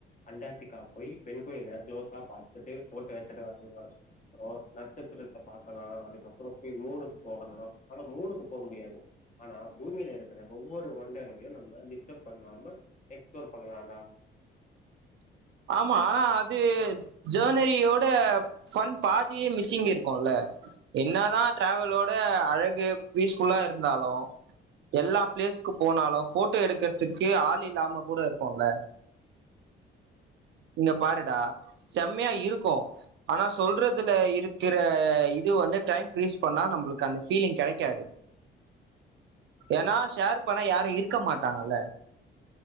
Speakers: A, on the left; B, on the right.
A: அண்டார்டிக்கா போய் பெண்குயின்ன குளோஸா பாத்துட்டு போட்டா எடுத்துட்டு வர்லா ப்ரோ நட்சத்திரத்த பாக்கலா அதுக்கப்றோ போய் மூனுக்கு போகலா ஆனா மூனுக்கு போக முடியாது ஆனா பூமியில இருக்கிற ஒவ்வொரு ஒண்டரையு நம்ம டிஸ்டர்ப் பண்ணாம எக்ஸ்ப்ளோர் பண்ணலாடா
B: ஆமா ஆனா அது ஜேன்வரியோட சன் பாதியே மிஸ்ஸிங் இருக்குல என்னதா ட்ராவலோட அழகு பீஸ் ஃபுல்லா இருந்தாலு எல்லா பிளேஸ்க்கு போனாலு போட்டோ எடுக்கிறதுக்கு ஆள் இல்லாம கூட இருக்குல இங்க பாருடா செம்மையா இருக்கு ஆனா சொல்றதுல இருக்கிற இது வந்து டைம் கிரீஸ் பண்ணா நம்பளுக்கு அந்த ஃபீலிங் கெடைக்காது ஏனா ஷேர் பண்ணா யார் இருக்க மாட்டாங்கல்ல